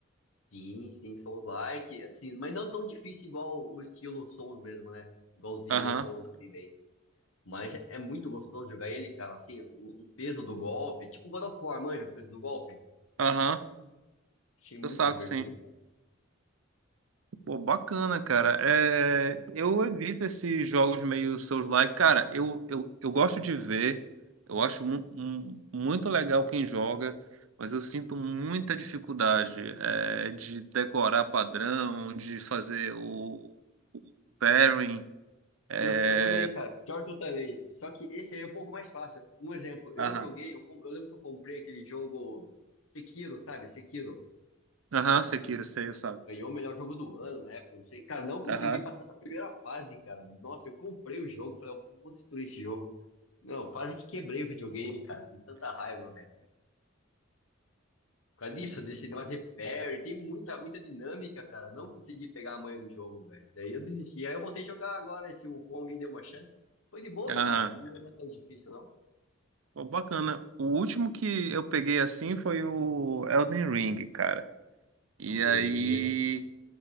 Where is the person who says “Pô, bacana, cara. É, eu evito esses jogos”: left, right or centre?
Right